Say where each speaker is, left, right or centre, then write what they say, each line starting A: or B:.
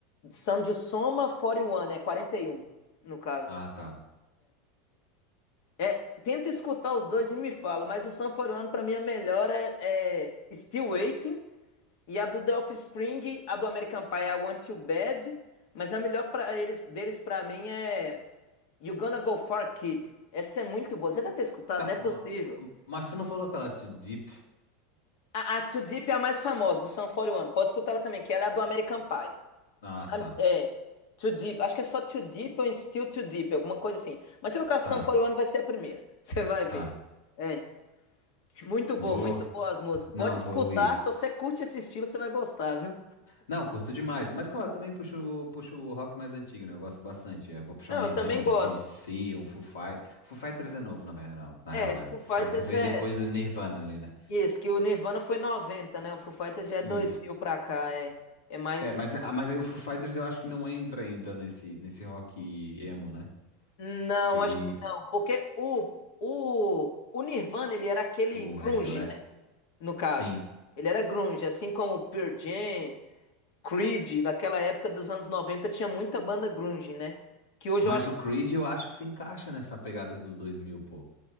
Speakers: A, on the left (about 70°); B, on the left (about 80°).
A: Sum de soma 41. É 41 no caso.
B: Ah, tá.
A: É, tenta escutar os dois e me fala, mas o Sum 41 pra mim é melhor é, é Still Waiting e a do The Offspring, a do American Pie é I Want You Bad, mas a melhor pra eles, deles pra mim é You Gonna Go Far Kid. Essa é muito boa. Você deve ter escutado,
B: Tá,
A: não é
B: ma-
A: possível.
B: mas tu não falou aquela Too Deep?
A: A, a Too Deep é a mais famosa do Sun 41. Pode escutar ela também, que ela é a do American Pie.
B: Ah,
A: I'm-
B: tá.
A: é, Too Deep. Acho que é só Too Deep ou Still Too Deep, alguma coisa assim. Mas se eu colocar Sum
B: Tá,
A: 41 vai ser a primeira. <laughs> Você vai ver.
B: tá.
A: É, muito boa,
B: Vou.
A: muito boa as músicas.
B: Não,
A: Pode escutar,
B: vou ouvir.
A: se você curte esse estilo, você vai gostar, viu?
B: Não, curto demais. Mas claro, também puxo, puxo o rock mais antigo, né? Eu gosto bastante. Eu vou puxar
A: Não,
B: um Nirvana,
A: eu também
B: um
A: gosto.
B: C D C, um Foo Fighters. Foo Fighters é novo, na verdade, não. Na
A: É,
B: real, né?
A: Foo
B: O Foo
A: Fighters
B: Fighters veio
A: é
B: depois do Nirvana ali, né?
A: isso, que o Nirvana foi 90, né? O Foo Fighters já é
B: Isso.
A: dois mil pra cá, é. É mais
B: É, mas, ah, mas aí o Foo Fighters eu acho que não entra ainda nesse, nesse rock emo, né?
A: Não,
B: Ele.
A: acho que não, porque o o o Nirvana, ele era aquele
B: O
A: grunge,
B: Red Le...
A: né? No caso.
B: Sim.
A: Ele era grunge, assim como o Pearl Jam, Creed, daquela época dos anos 90 tinha muita banda grunge, né? Que hoje
B: Mas
A: eu acho
B: o
A: que.
B: Creed eu acho que se encaixa nessa pegada do 2000, pô.